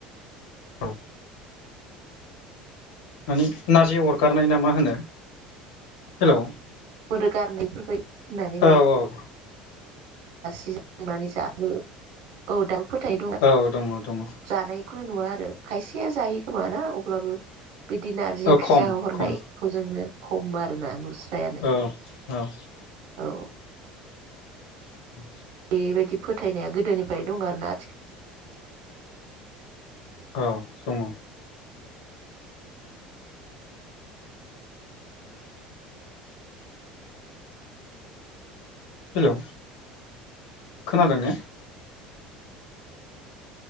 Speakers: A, on the left; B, on the right.
A: औ मानि नारजि अरगारनाय ना मा होनो हेल'
B: सोमोदो गारनाय बेफोरबायदि होननानै
A: औ औ उ
B: <unintelligible> नानै जाबो औ दाबो फोथायनाय दं
A: औ दङ दङ
B: जानाय खौनो नुवा आरो खायसेया जायो खोमाना अब्लाबो बिदि नारजि
A: औ
B: ओंख्रि
A: खम
B: जाहोहरनायखौ
A: खम
B: जोङो खम आरोना नुस्रायानो
A: अ औ
B: औ
A: <inaudible>
B: बेबायदि फोथायनाया गोदोनिफ्राय दं आरोना आथिखा
A: औ दङ हेलौ खोनादों ने